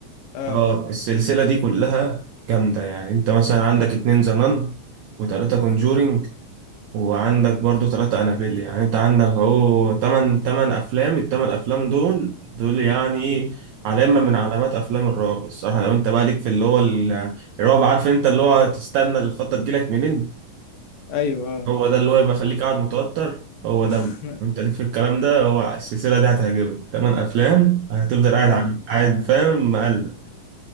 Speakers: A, on the left (about 85°); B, on the right (about 80°).
A: اه
B: اه السلسلة دي كلها جامدة يعني انت مثلا عندك اتنين ذا نان وتلاتة كونجورينج وعندك برضو ثلاثة أنابيل يعني أنت عندك أهو تمن تمن أفلام التمن أفلام دول دول يعني علامة من علامات أفلام الرعب الصراحة لو أنت بقى ليك في اللي هو ال- الرعب عارف أنت اللي هو تستنى الخطة تجيلك منين
A: ايوه اه
B: هو ده اللي هو يبقى يخليك قاعد متوتر هو ده
A: <laughs>
B: بقى. لو أنت ليك في الكلام ده هو السلسلة دي هتعجبك تمن أفلام هتفضل قاعد
A: اه
B: عم- قاعد فاهم مقلق